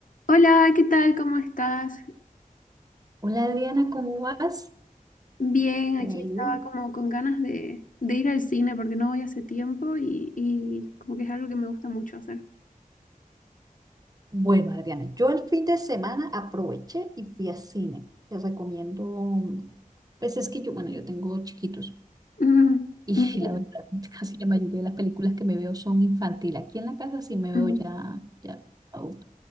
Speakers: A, on the left (about 65°); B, on the right (about 25°).
A: Hola, ¿qué tal? ¿Cómo estás?
B: Hola Adriana, ¿cómo vas?
A: Bien,
B: ¿Te
A: aquí
B: ha ido?
A: estaba como con ganas de, de ir al cine porque no voy hace tiempo y, y como que es algo que me gusta mucho hacer.
B: Bueno, Adriana, yo el fin de semana aproveché y fui a cine. Te recomiendo, mm, pues es que yo, bueno, yo tengo chiquitos
A: Ujú,
B: y <laughs>
A: ujú,
B: la verdad, casi la mayoría de las películas que me veo son infantil. Aquí en la casa sí me veo
A: ujú.
B: ya, ya adulto.